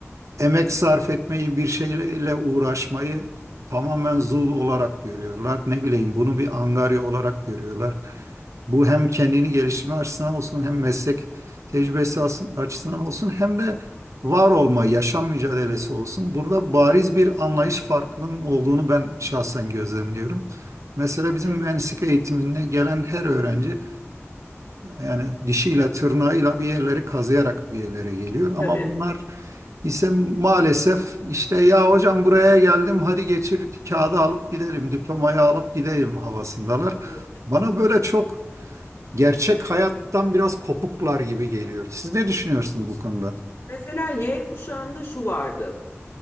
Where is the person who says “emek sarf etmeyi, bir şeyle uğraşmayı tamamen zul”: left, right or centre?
Right